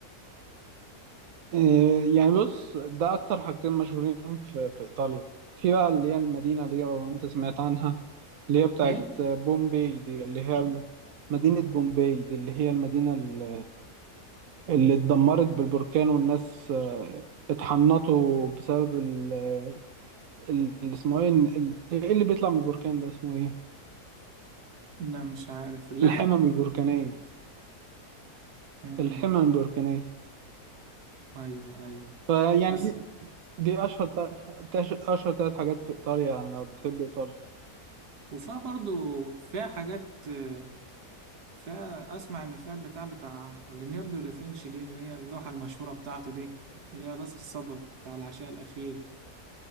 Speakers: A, on the right; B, on the right.
A: إيه، يعني بص ده اكتر حاجتين مشهورين في في ايطاليا وفي بقى اللي هي المدينه دي لو انت سمعت عنها اللي هي بتاعت
B: ايه
A: بومبي دي اللي هي ال- مدينه بومبي دي اللي هي المدينه ال- اللي اتدمرت بالبركان والناس آه، اتحنطوا بسبب ال- ال- اللي اسمه ايه ال- ايه اللي بيطلع من البركان ده اسمه ايه
B: لا مش عارف اللهب
A: الحمم البركانيه
B: مم.
A: الحمم البركانيه
B: ايوه ايوه
A: فيعني
B: بس
A: دي دي اشهر تا- تاش- اشهر ثلاث حاجات في ايطاليا يعني لو بتحب ايطاليا
B: وفيها برضو فيها حاجات آه، فيها أسمع إن فيها البتاع بتاع ليوناردو دافنشي دي اللي هي اللوحة المشهورة بتاعته دي اللي هي لاست سبر بتاع العشاء الأخير